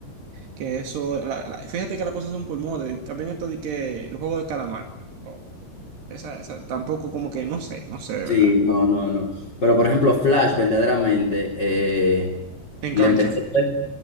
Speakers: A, on the right; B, on the left.
A: Que eso, la- la- fíjate que las cosas son por moda. También esto de que el juego de calamar. Oh, esa, esa tampoco como que no sé, no sé de
B: Sí,
A: verdad.
B: no, no, no. Pero por ejemplo, Flash, verdaderamente, eh,
A: Engancha.
B: le empecé a ver.